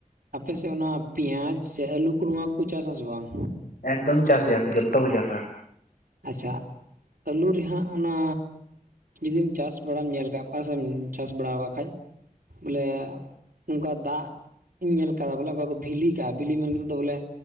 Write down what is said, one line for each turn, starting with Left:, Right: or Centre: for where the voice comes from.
Right: ᱟᱯᱮ ᱥᱮᱫ ᱚᱱᱟ ᱯᱮᱸᱭᱟᱡ ᱥᱮ ᱟᱹᱞᱩ ᱠᱚ ᱱᱚᱣᱟ ᱠᱚ ᱪᱟᱥ ᱟᱥᱮ ᱵᱟᱝ?
Left: ᱮᱠᱫᱚᱢ ᱪᱟᱥ ᱜᱮᱭᱟ ᱡᱚᱛᱚ ᱠᱚ ᱪᱟᱥᱟ,
Right: ᱟᱪᱪᱷᱟ ᱟᱹᱞᱩ ᱨᱮᱦᱟᱸᱜ ᱚᱱᱟᱼᱼ ᱡᱩᱫᱤᱢ ᱪᱟᱥ ᱵᱟᱲᱟᱢ ᱧᱮᱞ ᱟᱠᱟᱫ ᱠᱚᱣᱟ ᱥᱮᱢ ᱪᱟᱥ ᱵᱟᱲᱟ ᱟᱠᱟᱫ ᱠᱷᱟᱡ ᱵᱚᱞᱮ ᱚᱱᱠᱟ ᱫᱟᱜᱼᱼ ᱤᱧ ᱧᱮᱞ ᱟᱠᱟᱫᱟ ᱵᱚᱞᱮᱠᱟ ᱠᱚ ᱵᱷᱤᱞᱤ ᱠᱟᱜ ᱵᱷᱤᱞᱤ ᱢᱮᱱ ᱠᱟᱛᱮᱫ ᱫᱚ ᱵᱚᱞᱮ